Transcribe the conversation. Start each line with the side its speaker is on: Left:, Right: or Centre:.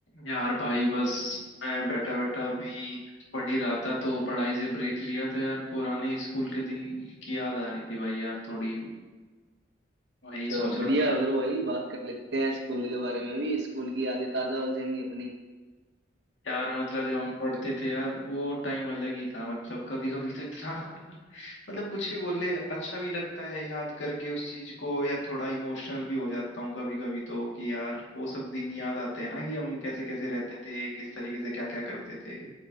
Left: यार भाई बस मैं बैठा बैठा अभी पढ़ ही रहा था तो पढ़ाई से ब्रेक लिया तो यार पुराने स्कूल के दिन की याद आ रही थी भाई यार थोड़ी वही
Right: अच्छा
Left: सोच रहा
Right: बढ़िया
Left: था
Right: फिर वही बात कर लेते हैं स्कूल के बारे में भी स्कूल की यादें ताजा हो जाएंगी अपनी
Left: यार मतलब जब हम पढ़ते थे यार वो टाइम अलग ही था मतलब कभी कभी तो इतना <laughs> मतलब कुछ भी बोल ले अच्छा भी लगता है याद करके उस चीज को या थोड़ा इमोशनल भी हो जाता हूँ कभी कभी तो कि यार वो सब दिन याद आते हैं ना कि हम कैसे कैसे रहते थे किस तरीके से क्या क्या करते थे